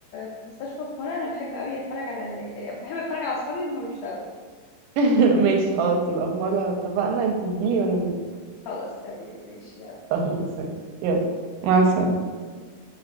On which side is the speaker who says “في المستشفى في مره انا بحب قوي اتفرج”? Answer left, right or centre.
Left